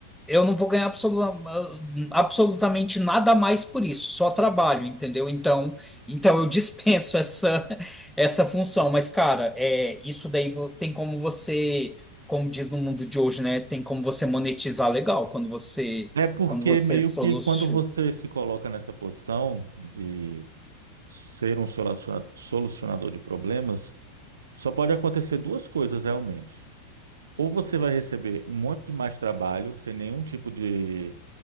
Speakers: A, in the centre; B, on the right (about 70°).
A: eu não vou ganhar absolu- ah, absolutamente nada mais por isso, só trabalho, entendeu? Então, então eu dispenso essa, <laughs> essa função. Mas, cara, é, isso daí vo- tem como você, como diz no mundo de hoje, né? Tem como você monetizar legal quando você,
B: É porque
A: quando você
B: meio
A: soluciona.
B: que quando você se coloca nessa posição de ser um solaciona- solucionador de problemas, só pode acontecer duas coisas realmente. Ou você vai receber um monte de mais trabalho, sem nenhum tipo de